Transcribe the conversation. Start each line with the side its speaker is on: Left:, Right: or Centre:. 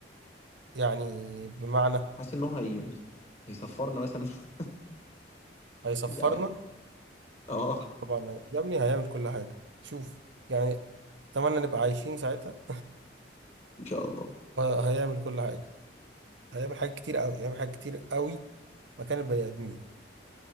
Right: يعني بمعنى
Left: حاسس ان هو هي هيصفرنا مثلا <laughs>
Right: هيصفرنا
Left: مش عارف اه
Right: طبعا يا ابني هيعمل كل حاجة شوف يعني اتمنى نبقى عايشين ساعتها
Left: ان شاء الله
Right: <laughs> ه- هيعمل كل حاجة هيعمل حاجات كتير قوي هيعمل حاجات كتير قوي مكان البني آدمين